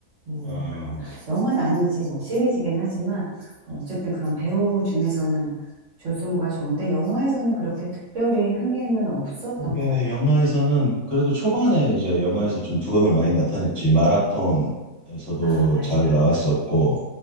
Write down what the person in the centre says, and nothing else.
어,
어.
그게
영화에서는 그래도 초반에 이제 영화에서 좀 두각을 많이 나타냈지. 마라톤에서도
잘 나왔었고,